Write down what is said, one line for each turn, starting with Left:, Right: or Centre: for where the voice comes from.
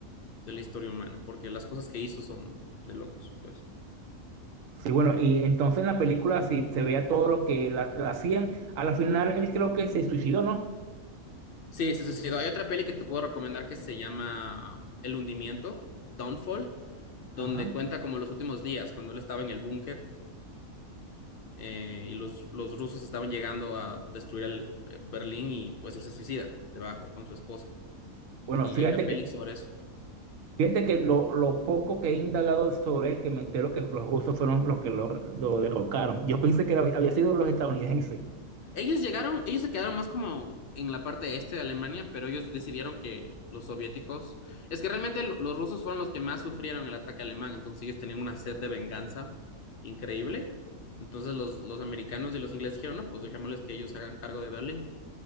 Left: de la historia humana, porque las cosas que hizo son de locos, pues.
Right: Sí, bueno, y entonces en la película sí se veía todo lo que la, la hacían. A la final él creo que se suicidó, ¿no?
Left: Sí, se suicidó. Hay otra peli que te puedo recomendar que se llama El hundimiento, Downfall, donde
Right: Ajá.
Left: cuenta como los últimos días, cuando él estaba en el búnker eh, y los, los rusos estaban llegando a destruir el, eh, Berlín y pues él se suicida debajo con su esposa.
Right: Bueno,
Left: Y
Right: fíjate
Left: hay una peli
Right: que,
Left: sobre eso.
Right: fíjate que lo, lo poco que he indagado sobre él, que me entero que los rusos fueron los que lo, lo derrocaron. Yo pensé que era- había sido los estadounidenses.
Left: Ellos llegaron, ellos se quedaron más como en la parte este de Alemania, pero ellos decidieron que los soviéticos, es que realmente lo- los rusos fueron los que más sufrieron el ataque alemán, entonces ellos tenían una sed de venganza increíble. Entonces los, los americanos y los ingleses dijeron, no, pues dejémosles que ellos se hagan cargo de Berlín